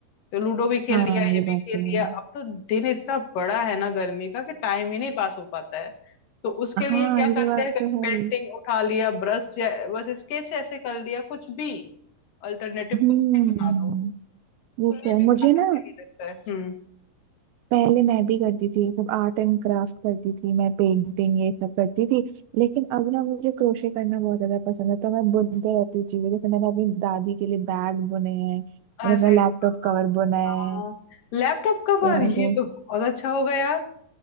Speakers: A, on the left; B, on the right.
A: तो लूडो भी खेल
B: हाँ
A: लिया ये
B: ये
A: भी
B: बात
A: खेल
B: तो
A: लिया
B: है
A: अब तो दिन इतना बड़ा है ना गर्मी का कि टाइम ही नहीं पास हो पाता है तो उसके
B: हाँ
A: लिए क्या
B: ये
A: करते
B: बात
A: हैं
B: तो है
A: पेंटिंग उठा लिया ब्रश या बस स्केच ऐसे कर लिया कुछ भी अल्टरनेटिव
B: हम्म
A: कुछ भी बना लो
B: ये
A: तो
B: तो
A: ये
B: है
A: भी काफी
B: मुझे ना
A: सही लगता है हम्म
B: पहले मैं भी करती थी ये सब आर्ट एंड क्राफ्ट करती थी मैं पेंटिंग ये सब करती थी लेकिन अब ना मुझे क्रोशे करना बहुत ज्यादा पसंद है तो मैं बुनते रहती हूँ चीजें जैसे मैंने अपनी दादी के लिए बैग बुने हैं मैंने
A: अरे
B: अपना
A: वाह,
B: लैपटॉप कवर बुना है
A: हाँ लैपटॉप कवर
B: तो मुझे
A: ये तो बहुत अच्छा होगा यार